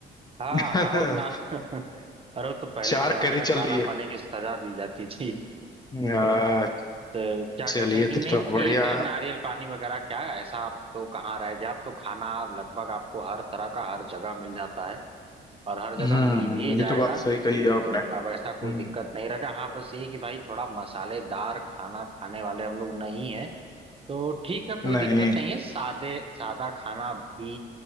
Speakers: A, on the right; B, on the left.
A: हाँ
B: <laughs>
A: और ना <laughs> अरे वो तो पहले
B: चार
A: के जमाने
B: कैरी
A: में
B: चल
A: काला
B: रही है
A: पानी की सजा दी जाती थी
B: अ,
A: तो क्या कहते
B: चलिए
A: हैं कि नहीं
B: तब तो
A: ठीक
B: बढ़िया
A: है नारियल पानी वगैरह क्या ऐसा आप तो कहाँ रह गया आप तो खाना लगभग आपको हर तरह का हर जगह मिल जाता है और हर जगह
B: हम्म
A: मिल
B: हम्म,
A: भी जाएगा
B: ये तो बात सही कही है आपने
A: तो अब ऐसा
B: हम्म
A: कोई दिक्कत नहीं रहेगा हाँ बस ये कि भाई थोड़ा मसालेदार खाना खाने वाले हम लोग नहीं है तो ठीक है कोई
B: नहीं
A: दिक्कत नहीं है सादे सादा खाना भी